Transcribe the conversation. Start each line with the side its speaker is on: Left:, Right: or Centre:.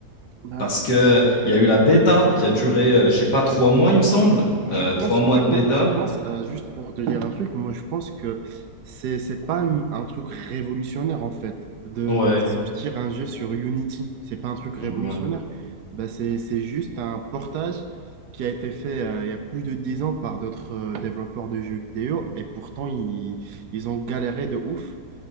Right: Ben,
Left: Parce que il y a eu la bêta qui a duré, euh, je sais pas, trois mois, il me semble.
Right: Je
Left: Euh,
Right: pense,
Left: trois mois
Right: je
Left: de
Right: pense,
Left: bêta.
Right: je pense euh, juste pour te dire un truc, moi je pense que c'est, c'est pas une- un truc révolutionnaire en fait, de,
Left: Ouais,
Right: de sortir un jeu sur Unity. C'est pas un truc révolutionnaire.
Left: ouais.
Right: Bah, c'est, c'est juste un portage qui a été fait euh, il y a plus de 10 ans par d'autres euh, développeurs de jeux vidéo et pourtant ils, ils ont galéré de ouf